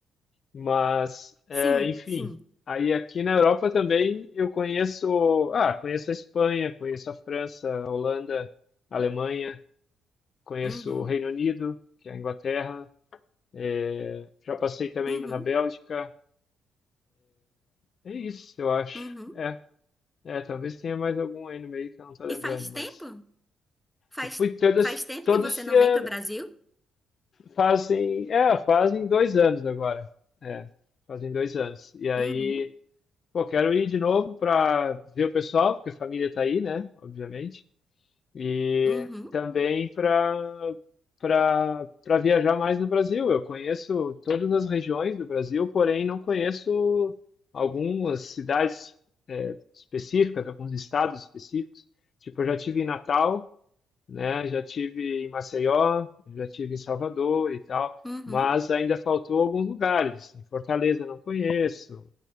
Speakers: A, on the left (about 50°); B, in the centre.
A: Mas, é,
B: Sim,
A: enfim,
B: sim.
A: aí aqui na Europa também eu conheço, ah, conheço a Espanha, conheço a França, a Holanda, a Alemanha, conheço
B: Uhum.
A: o Reino Unido, que é a Inglaterra, é, já passei também
B: Uhum.
A: na Bélgica, é isso, eu acho.
B: Uhum.
A: É, é, talvez tenha mais algum aí no meio que eu não tô lembrando,
B: E faz
A: mas
B: tempo? Faz,
A: eu fui todas,
B: faz tempo
A: todo
B: que você
A: esse
B: não
A: ano,
B: vem pro Brasil?
A: fazem, é, fazem dois anos agora, é, fazem dois anos. E aí
B: Uhum,
A: Pô, quero ir de novo para ver o pessoal, porque a família tá aí, né? Obviamente. E
B: uhum,
A: também para para para viajar mais no Brasil. Eu conheço todas as regiões do Brasil, porém não conheço algumas cidades é, específicas, alguns estados específicos. Tipo, eu já tive em Natal, né? Já tive em Maceió, já tive em Salvador e tal,
B: uhum.
A: mas ainda faltou alguns lugares. Em Fortaleza eu não conheço,